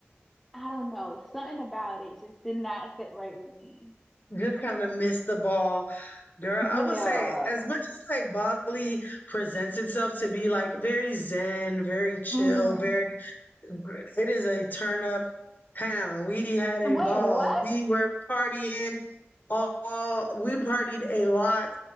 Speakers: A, in the centre; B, on the left.
A: I don't know, something about it just did not sit right with me.
B: just kind of missed the ball. Girl,
A: Yeah.
B: I would say as much as like Bali presents itself to be like very zen, very chill,
A: Mm-hmm.
B: very it is a turn up town. We had
A: Wait,
B: a ball.
A: what?
B: We were partying all, all- we partied a lot.